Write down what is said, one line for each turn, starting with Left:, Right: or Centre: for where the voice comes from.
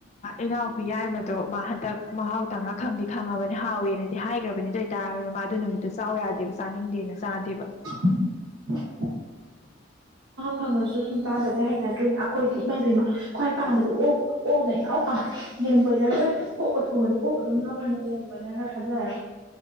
Left: ꯏꯅꯥꯎ ꯌꯥꯏ ꯃꯗꯣ ꯃꯥ ꯍꯟꯗꯛ ꯃꯍꯥꯎ ꯇꯪꯅ ꯈꯪꯗꯤ ꯈꯪꯉꯕꯅꯤ ꯍꯥꯎꯋꯦꯅꯗꯤ ꯍꯥꯏꯈ꯭ꯔꯕꯅꯤ ꯑꯗꯨ ꯑꯣꯏꯇꯥꯔꯒꯁꯨ ꯃꯥꯗꯨ ꯅꯨꯃꯤꯠ ꯑꯗꯨ ꯆꯥꯎ ꯌꯥꯗꯦꯕ ꯆꯥꯅꯤꯡꯗꯦꯅ ꯆꯥꯗꯦꯕ
Right: <unintelligible>
Left: <unintelligible>
Right: ꯈꯪꯉꯒꯁꯨ ꯁꯨꯝ ꯆꯥꯗꯕꯩ ꯍꯩꯅꯗ꯭ꯔꯣꯏꯅ ꯑꯩꯈꯣꯏꯗꯤ ꯏꯃꯥꯕꯦꯝꯃ ꯈ꯭ꯋꯥꯏ ꯄꯥꯝꯕꯗꯤ ꯑꯣ ꯑꯣꯛꯅꯩ ꯍꯥꯎ ꯍꯥꯎ ꯌꯦꯟ ꯀꯣꯏꯗꯔꯒꯔ ꯑꯣꯛꯀ ꯁꯣꯛꯉꯁ ꯑꯣꯛ ꯑꯗꯨꯝ ꯂꯧꯔꯣꯏꯅꯨ ꯌꯦꯟ ꯀꯣꯏꯅꯔꯒꯔ ꯊꯥꯖꯒ